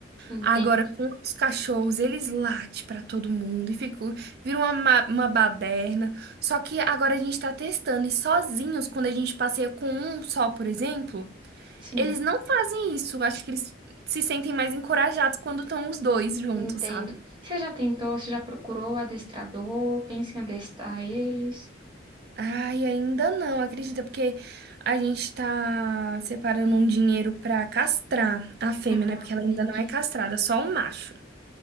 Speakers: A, on the right; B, on the right.
A: Entendo,
B: Agora, com os cachorros, eles latem pra todo mundo e ficou, vira uma, ma- uma baderna. Só que agora a gente tá testando e sozinhos, quando a gente passeia com um só, por exemplo,
A: Sim.
B: eles não fazem isso. Acho que eles se sentem mais encorajados quando estão os dois juntos,
A: entendo.
B: sabe?
A: Você já tentou, você já procurou o adestrador, pensa em adestrar eles?
B: Ai, ainda não, acredita, porque a gente tá separando um dinheiro pra castrar a fêmea,
A: Ah,
B: né? Porque ela ainda
A: entendi,
B: não é castrada, só o macho.